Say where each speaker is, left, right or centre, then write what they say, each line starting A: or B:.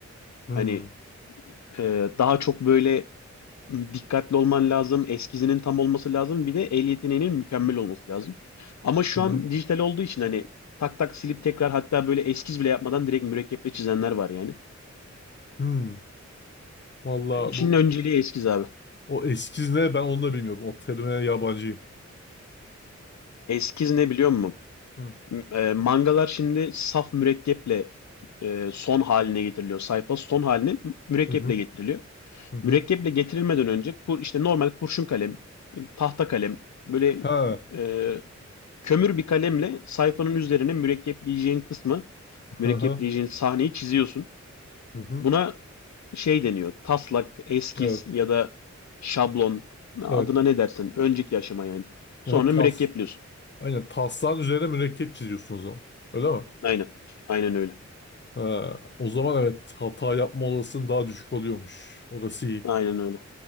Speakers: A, on the left (about 40°); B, on the left (about 70°).
A: hı
B: Hani e, daha çok böyle dikkatli olman lazım, eskizinin tam olması lazım, bir de el yeteneğinin mükemmel olması lazım. Ama şu
A: hı
B: an dijital olduğu için hani tak tak silip tekrar hatta böyle eskiz bile yapmadan direkt mürekkeple çizenler var yani.
A: hı. Valla
B: E, İşin
A: bu
B: önceliği eskiz abi.
A: O eskiz ne ben onu da bilmiyorum. O terime yabancıyım.
B: Eskiz ne biliyor musun?
A: Hı
B: M- e, mangalar şimdi saf mürekkeple e, son haline getiriliyor. Sayfa son haline mürekkeple
A: hı hı
B: getiriliyor.
A: hı. hı.
B: Mürekkeple getirilmeden önce kur, işte normal kurşun kalem, tahta kalem böyle
A: Ha.
B: e, Kömür bir kalemle sayfanın üzerine mürekkepleyeceğin kısmı, mürekkepleyeceğin
A: Hı hı.
B: sahneyi çiziyorsun.
A: Hı hı.
B: Buna şey deniyor, taslak, eskiz
A: Evet.
B: ya da şablon, adına
A: Evet.
B: ne dersen, önceki aşama yani. Sonra
A: Ha, tas.
B: mürekkepliyorsun.
A: Aynen taslan üzerine mürekkep çiziyorsun o zaman. Öyle mi?
B: Aynen, aynen öyle.
A: Ha, o zaman evet hata yapma olasılığın daha düşük oluyormuş. Orası iyi.
B: Aynen öyle.